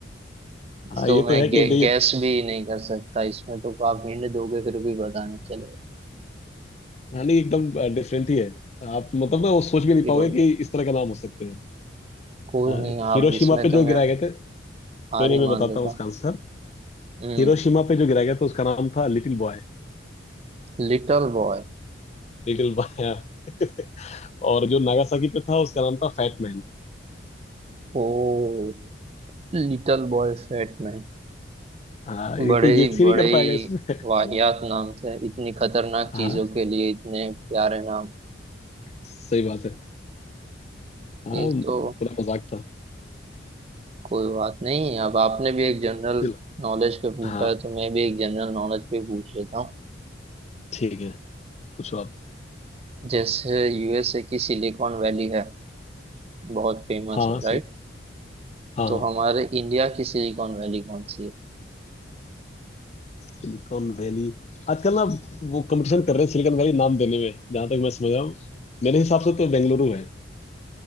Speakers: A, on the left (about 35°); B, on the right (about 30°).
A: हाँ
B: तो
A: ये
B: मैं
A: तो है कि
B: गे,
A: नहीं
B: गैस भी नहीं कर सकता इसमें तो आप हिंट दोगे फिर भी पता नहीं चलेगा
A: हाँ नहीं एकदम डिफरेंट ही है आप मतलब
B: काफी
A: ना वो सोच भी
B: मुश्किल
A: नहीं पाओगे
B: हो
A: कि
B: गया
A: इस तरह का नाम हो सकते हैं
B: कोई नहीं
A: अ, हिरोशिमा
B: आप इसमें
A: पे
B: तो
A: जो गिराए
B: मैं
A: गए थे कोई
B: हार
A: नहीं
B: ही
A: मैं
B: मान
A: बताता
B: लेता
A: हूँ उसका
B: हूँ
A: आंसर
B: हम्म
A: हिरोशिमा पे जो गिराया गया था उसका नाम था लिटिल बॉय
B: Little boy
A: Little boy <laughs> और जो नागासाकी पे था उसका नाम था फैट मैन
B: Oh little boy fat man
A: हाँ ये
B: बड़े
A: कोई गेस
B: ही
A: ही
B: बड़े
A: नहीं कर
B: ही
A: पाएगा इसमें <laughs>
B: वाहियात नाम थे इतनी खतरनाक
A: हाँ
B: चीजों के लिए इतने प्यारे नाम
A: सही बात है हाँ
B: ये तो
A: पूरा मजाक था
B: कोई बात नहीं अब आपने भी एक जनरल
A: चलो
B: नॉलेज पे पूछा
A: हाँ
B: है तो मैं भी एक जनरल नॉलेज पे पूछ लेता हूँ
A: ठीक है पूछो आप
B: जैसे यूएसए की सिलिकॉन वैली है बहुत फेमस
A: हाँ
B: है
A: हाँ सही
B: राइट
A: हाँ
B: तो
A: हाँ
B: हमारे इंडिया की सिलिकॉन वैली कौन सी है
A: सिलिकॉन वैली आजकल ना वो कंपटीशन कर रहे हैं सिलिकॉन वैली नाम देने में जहां तक मैं समझ रहा हूँ मेरे हिसाब से तो बेंगलुरु है